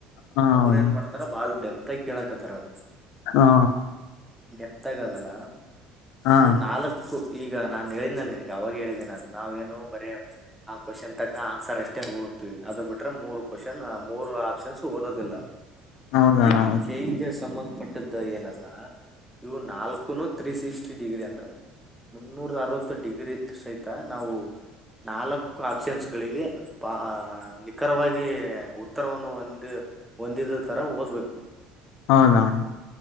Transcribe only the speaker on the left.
ಹಾ
ಹೌದು
ಹಾ.
ಹಾ
ಹೌದಣ್ಣ
ಹೌದು
ಹೌದ್ ಹೌದ್.